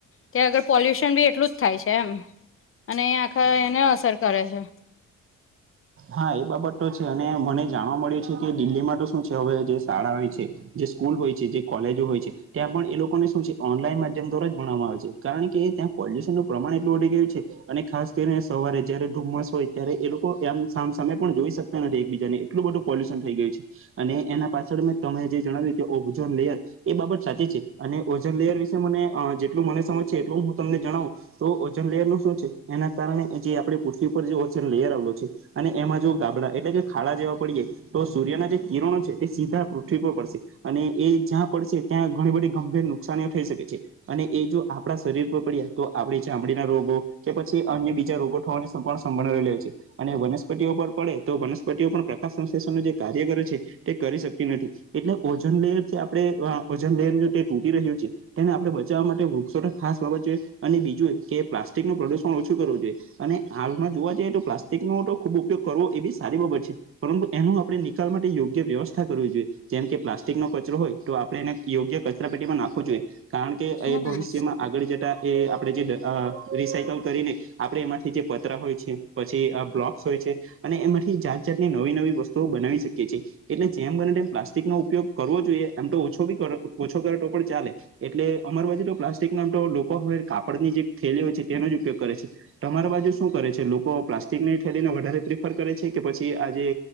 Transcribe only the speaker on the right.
હા એ બાબત તો છે અને મને જાણવા મળ્યું છે કે દિલ્હીમાં તો શું છે હવે જે શાળા હો છે. જે સ્કલ હોય છે જે કોલેજો હોય છે ત્યાં પણ એ લોકોને શું છે ઓનલાઈન માધ્યમ દ્વારા જ ભણવામાં આવે છે, કારણ કે ત્યાં પોલ્યુશન નું પ્રમાણ એટલું વધડી ગયું છે, અને ખાસ કરીને સવારે જયારે ધુમ્મસ હોય ત્યારે એ લોકો એમ કમ સામે પણ જોઈ શકતા નથી એકબીજા ને એલું બધું પોલ્યુશન થઈ ગય છે. અને એના પાછળ મેં તમે જે જણાવ્યું કે ઓબઝોન લેયર. એ બાબત સાચી છે, અને ઓજન લેયર વિશે મને જેટલું મને સમજ છે એટલું હું તમને જણાવું. તો ઓજન લેયર નું શું છે એના કારણે જે આપડ પૃથ્વી પરર જે ઓજન લેયર આવેલો છે. અને એમાં જો ગાબડા એટલે કે ખાડા જેવા પડીએે તો સૂર્યના જે કિરણો છે તે સીધા પૃથ્વી પર પડશે. અને એ જ્યાં પડશે ત્યાં ઘણી બધી ગંભીર નુકસાનીઓ થઈ શકે છે. અને એ જો આપણા શરીર પર પડ્યા તો આપણે ચામડીના રોગો. કે પછી અન્ય બીજા રોગો થવાને પણ સંભળાવ લે છે, અને પર પડે તો વનસ્પતિઓ પણ પ્રકાશ સંશષનું જે કાર્ય કરે છે. તે કરી શકતી નથી એટલે ઓજન લેયરથી આપણે ઓજન લેયર તૂટી રહ્યું છે તેને આપણે બચાવવા માટે વૃક્ષો ખાસ બાબત છે અને બીજું કે પ્લાસ્ટિક નું પ્રદુષણ ઓછું કરવું જોઈએ અને હાલમાં જોવા જઈએ તો પ્લાસ્ટિક નો તો ખુબ ઉપયોગ કરવો એ બી સારી બાબત છે પરંતુ એનું આપણે નિકાલ માટે યોગ્ય વ્યવસ્થા કરવી જોઈએ જેમ કે પ્લાસ્ટિક નો કચરો હોય તો આપણે એને યોગ્ય કચરા પેટીમાં નાખવો જોઈએ કારણ કે
એ ભવિષ્યમાં આગળ જતા એ આપણે જે રિસાયકલ કરીને આપે એમાંથી જે પતરા હોય છે પછી બ્લોક છે અને એમાંથી જાત જાતની નવી નવી વસ્તુઓ બનાવી શકીએ છીએ એટલે જેમ બને તેમ પ્લાસ્ટિક નો ઉપયોગ કરવો જોઈએ એમ તો ઓછો બી કરો ઓછો કરે તો પણ ચાલે એટલે અમાર બાજુ તો પ્લાસ્ટિક નામ તો લોકો હવે કાપડની જે થેલી હોય છે તેનો જ ઉપયોગ કરે છે તમારા બાજુ શું કરે છે લોકો પ્લાસ્ટિક ને થેલીને વધારે પ્રિફર કરે છે કે પછી આ જે